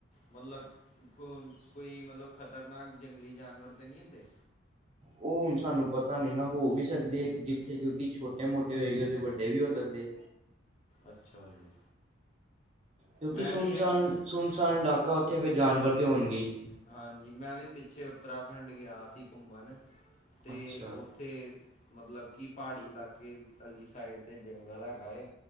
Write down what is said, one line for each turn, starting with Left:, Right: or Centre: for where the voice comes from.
Left: ਮਤਲਬ ਕੋ ਕੋਈ ਮਤਲਬ ਖਤਰਨਾਕ ਜੰਗਲੀ ਜਾਨਵਰ ਤੇ ਨਹੀਂ ਹੁੰਦੇ।
Right: ਉਹ ਹੁਣ ਸਾਨੂੰ ਪਤਾ ਨਹੀਂ ਨਾ ਹੋ ਵੀ ਸਕਦੇ ਹੈ, ਜਿੱਥੇ ਕਿਉਂਕਿ ਛੋਟੇ ਮੋਟੇ ਹੋਏਗੇ ਉੱਥੇ ਵੱਡੇ ਵੀ ਹੋ ਸਕਦੇ ਐ।
Left: ਅੱਛਾ ਜੀ।
Right: ਕਿਉਂਕਿ,
Left: ਮੈਂ
Right: ਸੁਣਸਾਨ-ਸੁਣਸਾਨ
Left: ਵੀ ਐ
Right: ਇਲਾਕਾ ਉੱਥੇ ਫੇਰ ਜਾਨਵਰ ਤੇ ਹੋਣਗੇਈ।
Left: ਹਾਂਜੀ, ਮੈਂ ਵੀ ਪਿੱਛੇ ਉੱਤਰਾਖੰਡ ਗਿਆ ਸੀ, ਘੁੰਮਣ ਤੇ
Right: ਅੱਛਾ
Left: ਉਥ ਉੱਥੇ ਮਤਲਬ ਕਿ ਪਹਾੜੀ ਇਲਾਕੇ ਵਾਲੀ ਸਾਈਡ 'ਤੇ ਜੰਗਲ ਹੈਗਾ ਹੈਏ